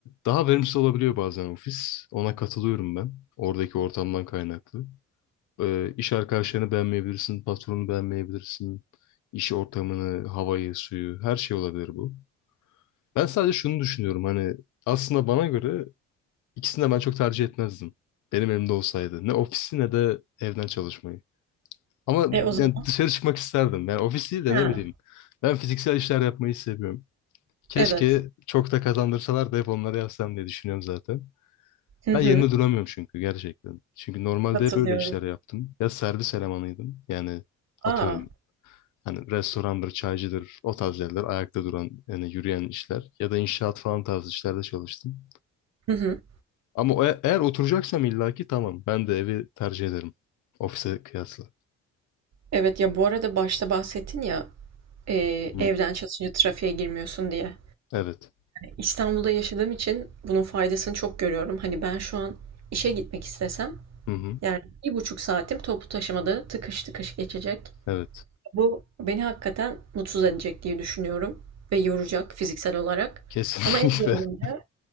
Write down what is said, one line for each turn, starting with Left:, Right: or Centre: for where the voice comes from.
Left: daha verimsiz olabiliyor bazen ofis. Ona katılıyorum ben. Oradaki ortamdan kaynaklı. Ee, iş arkadaşlarını beğenmeyebilirsin, patronu beğenmeyebilirsin. iş ortamını, havayı, suyu, her şey olabilir bu. Ben sadece şunu düşünüyorum hani aslında bana göre ikisini de ben çok tercih etmezdim. Benim elimde olsaydı. Ne ofisi ne de evden çalışmayı. Ama
Right: E o zaman.
Left: yani dışarı çıkmak isterdim. Yani ofis değil de
Right: Ha.
Left: ne bileyim. Ben fiziksel işler yapmayı seviyorum. Keşke
Right: Evet.
Left: çok da kazandırsalar da hep onları yapsam diye düşünüyorum zaten.
Right: Hı hı.
Left: Ben yerinde duramıyorum çünkü gerçekten. Çünkü normalde
Right: Katılıyorum.
Left: hep öyle işler yaptım. Ya servis elemanıydım. Yani atıyorum
Right: A!
Left: hani restorandır, çaycıdır, o tarz yerler, ayakta duran, yani yürüyen işler. Ya da inşaat falan tarzı işlerde çalıştım.
Right: Hı hı.
Left: Ama o- e, eğer oturacaksam illaki tamam. Ben de evi tercih ederim. Ofise kıyasla.
Right: Evet, ya, bu arada başta bahsettin ya, eee,
Left: Hı.
Right: evden çalışınca trafiğe girmiyorsun diye.
Left: Evet.
Right: İstanbul'da yaşadığım için bunun faydasını çok görüyorum. Hani, ben şu an işe gitmek istesem,
Left: Hı hı.
Right: yani, bir buçuk saatim toplu taşımada tıkış tıkış geçecek.
Left: Evet.
Right: Bu beni hakikaten mutsuz edecek diye düşünüyorum ve yoracak fiziksel olarak.
Left: Kesinlikle.
Right: Ama evde olunca
Left: <laughs>